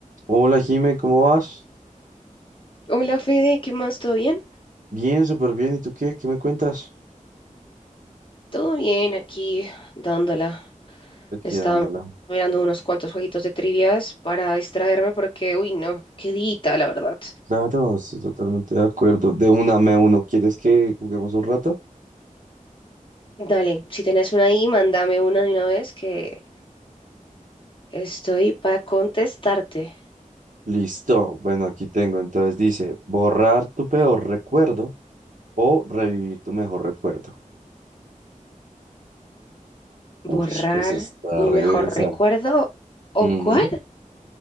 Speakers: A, on the right; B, on the left.
A: Hola Jime, ¿cómo vas?
B: Hola Fede, ¿qué más? ¿Todo bien?
A: Bien, súper bien. ¿Y tú qué? ¿Qué me cuentas?
B: Todo bien, aquí dándola.
A: Aquí
B: Estaba
A: dándola.
B: mirando unos cuantos jueguitos de trivias para distraerme porque, uy, no, qué dita, la verdad.
A: Claro, estoy totalmente de acuerdo. De una me uno. ¿Quieres que juguemos un rato?
B: Dale, si tenés una ahí, mándame una de una vez que estoy para contestarte.
A: Listo. Bueno, aquí tengo. Entonces dice, borrar tu peor recuerdo o revivir tu mejor recuerdo.
B: ¿Borrar
A: Uf, eso está
B: mi
A: re
B: mejor
A: densa.
B: recuerdo? ¿O
A: Ujú.
B: cuál?